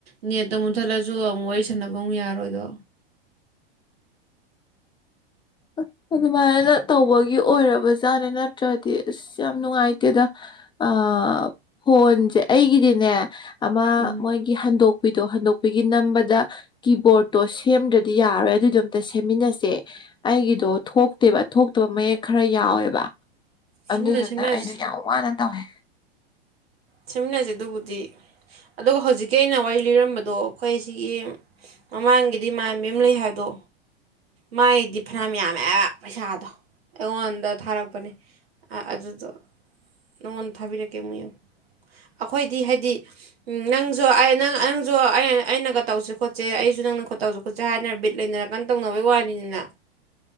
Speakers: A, on the right; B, on the left.
A: ꯅꯦꯠꯇ ꯃꯨꯟꯊꯠꯂꯁꯨ ꯑꯃꯨꯛ ꯋꯥꯔꯤ ꯁꯥꯟꯅꯕ ꯑꯃꯨꯛ ꯌꯥꯔꯣꯏꯗꯣ
B: ꯑꯁ ꯑꯗꯨꯃꯥꯏꯅ ꯇꯧꯕꯒꯤ ꯑꯣꯏꯔꯕꯖꯥꯠꯅꯦ ꯅꯠꯇ꯭ꯔꯗꯤ ꯑꯁ ꯌꯥꯝ ꯅꯨꯡꯉꯥꯏꯇꯦꯗ ꯑ ꯐꯣꯟꯁꯦ ꯑꯩꯒꯤꯗꯤꯅꯦ ꯑꯃ
A: ꯎꯝ
B: ꯃꯣꯏꯒꯤ ꯍꯟꯗꯣꯛꯄꯤ ꯑꯗꯣ ꯍꯟꯗꯣꯛꯄꯤꯒꯤ ꯅꯝꯕꯗ ꯀꯤꯕꯣꯔꯠꯇꯣ ꯁꯦꯝꯗ꯭ꯔꯗꯤ ꯌꯥꯔꯣꯏ ꯑꯗꯨꯏꯗꯣ ꯑꯝꯇ ꯁꯦꯝꯃꯤꯟꯅꯁꯦ ꯑꯩꯒꯤꯗꯣ ꯊꯣꯛꯇꯦꯕ ꯊꯣꯛꯇꯕ ꯃꯌꯦꯛ ꯈꯔ ꯌꯥꯎꯋꯦꯕ
A: ꯁꯦꯝꯅ
B: ꯑꯗꯨꯗꯨꯅ
A: ꯁꯦꯝꯅꯁꯦ
B: ꯑꯩꯗꯤ ꯌꯥꯝ ꯋꯥꯅ ꯇꯧꯋꯦ
A: ꯁꯦꯝꯃꯤꯟꯅꯖꯤ ꯑꯗꯨꯕꯨꯗꯤ ꯑꯗꯨꯒ ꯍꯧꯖꯤꯛꯀꯤ ꯑꯩꯅ ꯋꯥꯔꯤ ꯂꯤꯔꯝꯕꯗꯣ ꯑꯩꯈꯣꯏ ꯁꯤꯒꯤ ꯃꯃꯥꯡꯒꯤꯗꯤ ꯏꯃꯥꯟꯕꯤ ꯑꯃ ꯂꯩ ꯍꯥꯏꯕꯗꯣ ꯃꯥꯏꯗꯤ ꯐꯅꯌꯥꯝ ꯌꯥꯝꯃꯦ ꯄꯩꯁꯥꯗꯣ ꯑꯩꯉꯣꯟꯗ ꯊꯥꯔꯛꯄꯅꯦ ꯑꯗꯨꯗꯣ ꯅꯪꯉꯣꯟꯗ ꯊꯥꯕꯤꯔꯛꯀꯦ ꯑꯃꯨꯛ ꯌꯦꯡꯉꯨ ꯑꯩꯈꯣꯏꯗꯤ ꯍꯥꯏꯗꯤ ꯅꯪꯁꯨ ꯅꯪꯁꯨ ꯑꯩꯅꯒ ꯇꯧꯁꯦ ꯈꯣꯠꯁꯦ ꯑꯩꯁꯨ ꯅꯪꯅ ꯇꯧꯁꯦ ꯈꯣꯠꯁꯦ ꯍꯥꯏꯗꯅ ꯕꯤꯠ ꯂꯩꯅꯔ ꯀꯟꯅ ꯇꯧꯅꯕꯩ ꯋꯥꯅꯤꯅꯤꯅ